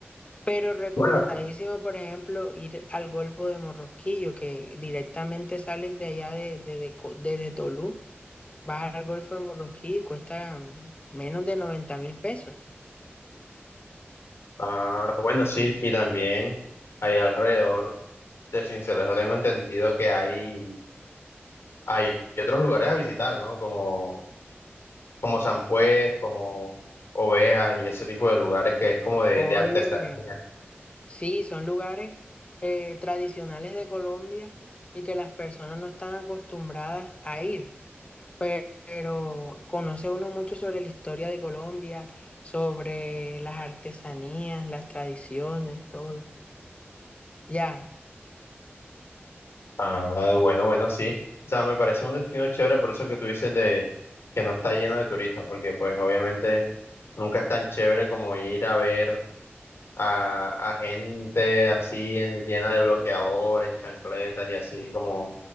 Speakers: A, on the left; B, on the left.
A: Pero recomendadísimo,
B: Bueno, sí.
A: por ejemplo, ir al Golfo de Morrosquillo, que directamente salen de allá de, de, de Co- desde Tolú. Vas al Golfo de Morroquí y cuesta menos de noventa mil pesos.
B: Ah, bueno, sí, y también ahí alrededor de Sincelejo tengo entendido que hay, hay otros lugares a visitar, ¿no? Como, como San Pues, como Ovejas y ese tipo de lugares que es como de,
A: Óyeme,
B: de artesanía.
A: sí, son lugares eh, tradicionales de Colombia y que las personas no están acostumbradas a ir, pe- pero, conoce uno mucho sobre la historia de Colombia, sobre las artesanías, las tradiciones, todo. Ya,
B: Ah, bueno, bueno, sí. O sea, me parece un destino chévere, por eso que tú dices de que no está lleno de turistas, porque pues obviamente nunca es tan chévere como ir a ver a, a gente así en- llena de bloqueador, en chancletas y así como,